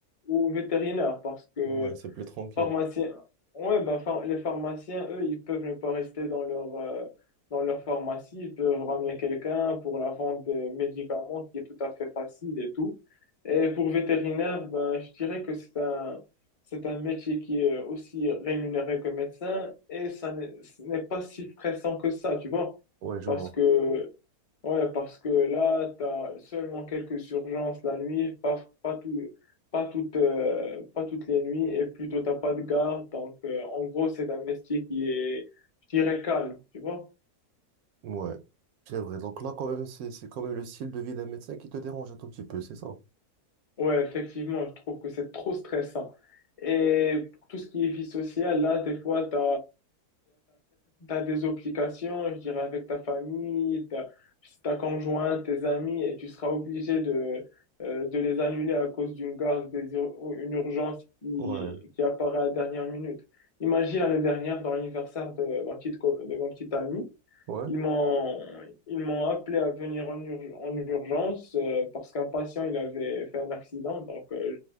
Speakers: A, on the left; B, on the right.
A: ou vétérinaire parce que
B: Ouais, c'est plus tranquille.
A: Pharmaciens, ouais, bah, phar- les pharmaciens, eux, ils peuvent ne pas rester dans leur, euh, dans leur pharmacie, ils peuvent ramener quelqu'un pour la vente des médicaments qui est tout à fait facile et tout. Et pour vétérinaire, ben, je dirais que c'est un, c'est un métier qui est aussi rémunéré que médecin et ça n'est ce n'est pas si stressant que ça, tu vois.
B: Ouais, je
A: Parce
B: vois.
A: que Ouais, parce que là, tu as seulement quelques urgences la nuit, pas, pas, tout, pas, toutes, euh, pas toutes les nuits, et plutôt t'as pas de garde. Donc, euh, en gros, c'est un métier qui est, je dirais, calme, tu vois.
B: Ouais, c'est vrai. Donc là, quand même, c'est c'est quand même le style de vie d'un médecin qui te dérange un tout petit peu, c'est ça?
A: Ouais, effectivement, je trouve que c'est trop stressant. Et pour tout ce qui est vie sociale, là, des fois, tu as, des obligations, je dirais, avec ta famille, ta, ta conjointe, tes amis, et tu seras obligé de, euh, de les annuler à cause d'une garde, des ur- ou une urgence qui,
B: Ouais,
A: qui apparaît à la dernière minute. Imagine l'année dernière, dans l'anniversaire de ma petite, co- de ma petite amie,
B: ouais.
A: ils m'ont, ils m'ont appelé à venir en, urg- en urgence euh, parce qu'un patient il avait fait un accident, donc euh,